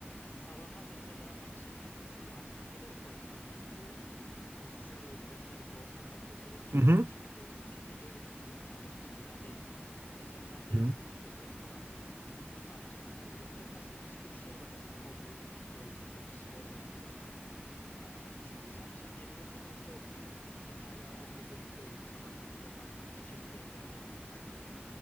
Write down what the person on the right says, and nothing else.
hı hı.
hı.